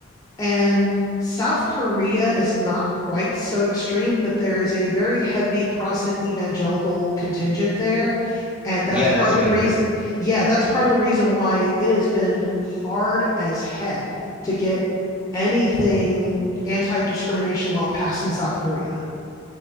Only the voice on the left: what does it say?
And South Korea is not quite so extreme, but there is a very heavy Protestant evangelical contingent there. And that's
part
of
the reason,
yeah, that's part of the reason why it has been hard as heck to get anything anti-discrimination law passed in South Korea.